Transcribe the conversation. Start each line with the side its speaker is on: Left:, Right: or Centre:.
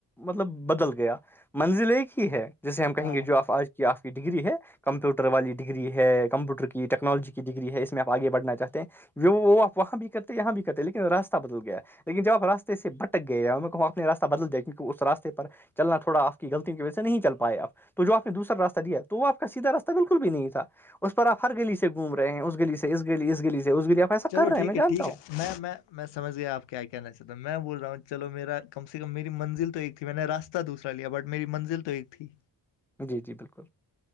Centre: مطلب بدل گیا منزل ایک ہی ہے جیسے ہم کہیں
Left: ہاں
Centre: گے جو آ آج کی آپ کی ڈگری ہے کمپیوٹر والی ڈگری ہے کمپیوٹر کی ٹیکنالوجی ڈگری ہے اس میں آپ آگے بڑنا چاہتے ہیں وہ آپ وہاں بھی کرتے ہیں یہاں بھی کرتے لیکن راستہ بدل گیا لیکن جب آپ راستے سے بٹک گئے ہیں میں کہوں اپنے راستہ بدل دیا کیونکہ اس راستے پر چلنا تھوا آپ کی غلطی کی وجہ سے نہیں چل پائے آپ تو جو آپ نے دوسا راستہ دیا تو وہ آپ کا سیدھا راستہ بالکل بھی نہیں تھا اس پر آپ ہر گلی سے گھوم رہے رہ ہیں اس گلی سے اس گلی اس گلی سے اس گلی آپ ایسا
Left: چلو
Centre: کر رہے
Left: ٹھیک
Centre: میں جانتا
Left: ہے ٹھیک
Centre: ہوں
Left: ہے میں میں میں سمجھ گیا آپ کیا کہنا چاہتا ہ میں بول رہا ہوں چلو میرا کم سے کم میری منزل تو ایک تھی میں نے راستہ دوسرا لیا بٹ میری منزل تو ایک تھی
Centre: <inaudible> جی جی بلکل